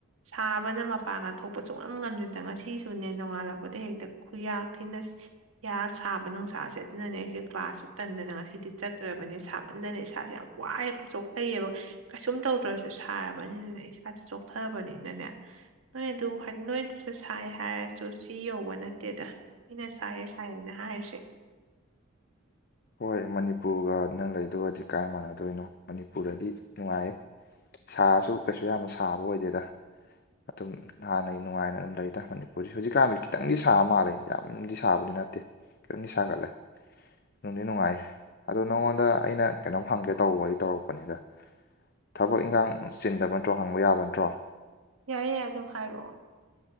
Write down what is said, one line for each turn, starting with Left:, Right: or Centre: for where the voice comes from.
Right: ꯁꯥꯕꯅ ꯃꯄꯥꯡꯒ ꯊꯣꯛꯄ ꯁꯨꯛꯉꯝ ꯉꯝꯗꯅ ꯉꯁꯤ ꯁꯨꯅꯦ ꯅꯣꯡꯉꯥꯜꯂꯛꯄꯗ ꯍꯦꯛꯇ ꯈꯨꯌꯥ ꯊꯤꯅ ꯁꯥꯕ ꯅꯨꯡꯁꯥꯁꯦ ꯑꯗꯨꯅꯅꯦ ꯑꯩꯁꯦ ꯀ꯭ꯂꯥꯁ ꯇꯟꯗꯅ ꯉꯁꯤꯗꯤ ꯆꯠꯇ꯭ꯔꯕꯅꯦ ꯁꯥꯃꯟꯗꯅ ꯏꯁꯥꯥꯁꯦ ꯌꯥꯝ ꯋꯥꯏꯑꯦꯕ ꯆꯣꯛꯊꯩꯢꯕ ꯀꯩꯁꯨꯝ ꯇꯧꯗ꯭ꯔꯁꯨ ꯁꯥꯔꯕꯅꯤꯅꯅꯦ ꯏꯁꯥꯥꯁꯦ ꯆꯣꯛꯊꯔꯕꯅꯤꯅꯅꯦ ꯅꯣꯏ ꯑꯗꯨ ꯍꯥꯏꯗꯤ ꯅꯣꯏ ꯑꯗꯨꯁꯨ ꯁꯥꯏ ꯍꯥꯏꯔꯁꯨ ꯁꯤ ꯌꯧꯕ ꯅꯠꯇꯦꯗ ꯑꯩꯅ ꯁꯥꯏꯌꯦ ꯁꯥꯏꯌꯦꯅ ꯍꯥꯏꯁꯦ
Left: <unintelligible> ꯍꯣꯏ ꯃꯅꯤꯄꯨꯔꯒ ꯅꯪ ꯂꯩꯗꯨꯒꯥꯗꯤ ꯀꯥꯏ ꯃꯥꯟꯅꯗꯣꯏꯅꯣ ꯃꯅꯤꯄꯨꯔꯗꯗꯤ ꯅꯨꯡꯉꯥꯏꯌꯦ ꯁꯥꯔꯁꯨ ꯀꯩꯁꯨ ꯌꯥꯝꯅ ꯁꯥꯕ ꯑꯣꯏꯗꯦꯗ ꯑꯗꯨꯝ ꯍꯥꯟꯅꯩ ꯅꯨꯡꯉꯥꯏꯅ ꯑꯗꯨꯝ ꯂꯩꯗ ꯃꯅꯤꯄꯨꯔꯁꯤ ꯍꯧꯖꯤꯛꯀꯥꯟꯗꯤ ꯈꯤꯇꯪꯗꯤ ꯁꯥꯕ ꯃꯥꯜꯂꯦ ꯌꯥꯝꯗꯤ ꯁꯥꯕꯗꯤ ꯌꯥꯝꯅꯗꯤ ꯅꯠꯇꯦ ꯈꯤꯇꯪ ꯁꯥꯒꯠꯂꯦ ꯅꯨꯡꯗꯤ ꯅꯨꯡꯉꯥꯏꯌꯦ ꯑꯗꯣ ꯅꯪꯉꯣꯟꯗ ꯑꯩꯅ ꯀꯩꯅꯣꯝ ꯍꯟꯒꯦ ꯇꯧꯕꯩ ꯇꯧꯔꯛꯄꯅꯤꯗ ꯊꯕꯛ ꯏꯪꯈꯥꯡ ꯆꯤꯟꯗꯕ ꯅꯠꯇ꯭ꯔꯣ ꯍꯪꯕ ꯌꯥꯕ ꯅꯠꯇ꯭ꯔꯣ
Right: ꯌꯥꯏ ꯌꯥꯏ ꯑꯗꯨ ꯍꯥꯏꯔꯛꯑꯣ